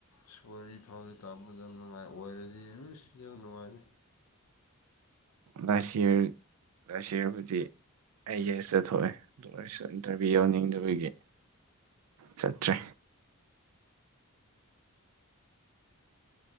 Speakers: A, on the left; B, on the right.
A: ꯁ ꯋꯥꯔꯤ ꯐꯥꯎꯗꯤ ꯇꯥꯄꯗ ꯅꯨꯡꯉꯥꯏ ꯑꯣꯏꯔꯗꯤ ꯌꯥꯝ ꯅꯨꯡꯉꯥꯏꯅꯤ
B: ꯂꯁꯤ ꯂꯁꯤꯔ ꯐꯗꯤ ꯑꯩꯒꯤꯁ ꯆꯠꯊꯣꯛꯑꯦ ꯑꯗꯨ ꯑꯣꯏꯔꯁꯨ ꯏꯟꯇꯔꯚꯤꯌꯨ ꯌꯥꯎꯅꯤꯡꯗꯕꯒꯤ ꯆꯠꯇ꯭ꯔꯦ